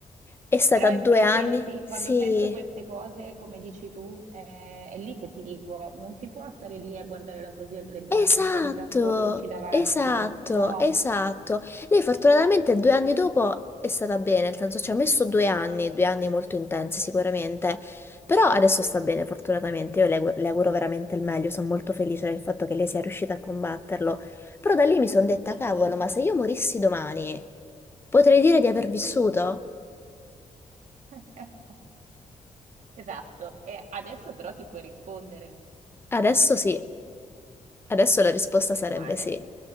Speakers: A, on the left (about 20°); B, on the right (about 70°).
A: È stata
B: Però è
A: due
B: per
A: anni?
B: quello, sì,
A: Sì,
B: quando sento queste cose, come dici tu, eh, è lì che ti dico, non si può stare lì a guardare la propria- la
A: esatto,
B: nostra vita scorrerci davanti.
A: esatto,
B: No.
A: esatto. Lei fortunatamente due anni dopo è stata bene, nel senso ci ha messo due anni, due anni molto intensi sicuramente, però adesso sta bene fortunatamente, io le, auguro le auguro veramente il meglio, sono molto felice del fatto che lei sia riuscita a combatterlo, però da lì mi sono detta,
B: Mhm.
A: cavolo, ma se io morissi domani, potrei dire di aver vissuto?
B: Mm. <laughs> Esatto. E adesso però ti puoi rispondere.
A: Adesso sì, adesso la risposta
B: Meno
A: sarebbe
B: male.
A: sì.